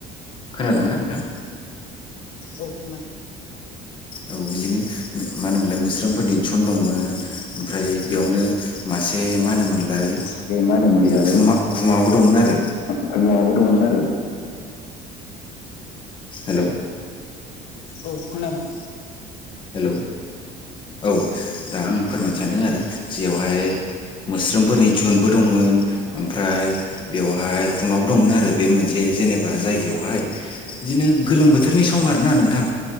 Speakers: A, on the left (about 30°); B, on the left (about 70°).
A: खोनादोंना नोंथां?
B: औ खोना
A: औ बिदिनो मा होनोमोनलाय मोस्रोमफोरनि जुन दंमोन ओमफ्राय बेयावनो मासे ए मा होनोमोनलाय
B: बे मा होनोमोनलाय
A: गुमा गुमाबो दंमोन आरो
B: गुमाबो दंमोनआरो
A: हेल'
B: औ खोनादोंं।
A: हेलौ औ दा आं फोरमायनो सानदों आरो जयावहाय मोस्रोमफोरनि जुनबो दंमोन ओमफ्राय बेवहाय गुमाबो दंमोन आरो बे मोनसे जेनेबा जायगायावहाय बिदिनो गोलोम बोथोरनि सम आर ना नोंथां